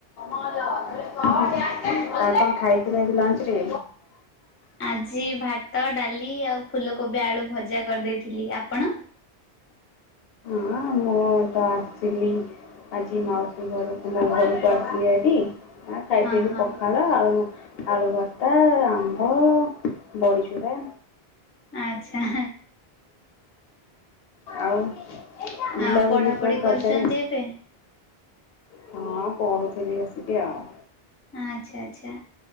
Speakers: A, on the left; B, on the left.
A: ଆଉ କଁ ଖାଇଥିଲେ ଆଜି ଲଞ୍ଚରେ?
B: ଆଜି ଭାତ ଡାଲି ଆଉ ଫୁଲକୋବି ଆଳୁ ଭଜା କରିଦେଇଥିଲି ଆପଣ?
A: ହଁ ମୁଁ ତ ଆସଥିଲି ଆଜି ମାଉସୀ ଘରକୁ ଘରକୁ ଆସିଛିବାରି ଖାଇଛି
B: ହଁ ହଁ
A: ପଖାଳ ଆଉ ଆଳୁ ଭର୍ତ୍ତା ଆମ୍ବ ବଡ଼ିଚୁରା।
B: ଆଚ୍ଛା।
A: ଆଉ ବୁଲାବୁଲି
B: ଆଉ ପଢାପଢି
A: କୁଆଡେ
B: କରୁଛନ୍ତି
A: ଦରକାରେ।
B: ଏବେ?
A: ହଁ ପଢୁଥିଲି ଆସିକି ଆଉ।
B: ଆଚ୍ଛା ଆଚ୍ଛା।